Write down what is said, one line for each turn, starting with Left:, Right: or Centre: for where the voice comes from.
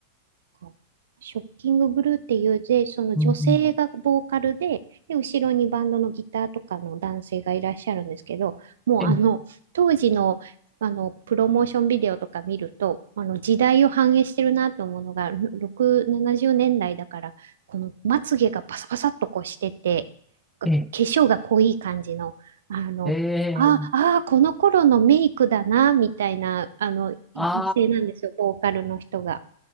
Right: かショッキングブルーっていうで、その女性がボーカルで、
Centre: うんうん。
Right: で、後ろにバンドのギターとかの男性がいらっしゃるんですけど、もうあの、
Centre: ええ、
Right: 当時の、あの、プロモーションビデオとか見ると、あの、時代を反映してるなと思うのが、6、70年代だいだから、このまつげがパサパサっとこうしてて、化粧が濃い感じの、
Centre: え
Right: あの、
Centre: え、え
Right: ああ、
Centre: え、
Right: この頃のメイクだな、みたいな、あの、
Centre: あ
Right: 女性なんですよ、ボーカルの人が。